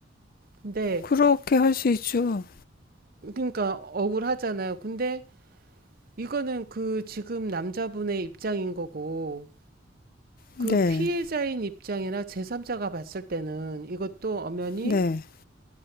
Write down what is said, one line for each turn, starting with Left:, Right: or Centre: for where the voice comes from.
Right: 근데
Left: 그렇게 할 수 있죠.
Right: 그러니까 억울하잖아요. 근데 이거는 그 지금 남자분의 입장인 거고 그
Left: 네,
Right: 피해자인 입장이나 제삼자가 봤을 때는 이것도 엄연히
Left: 네.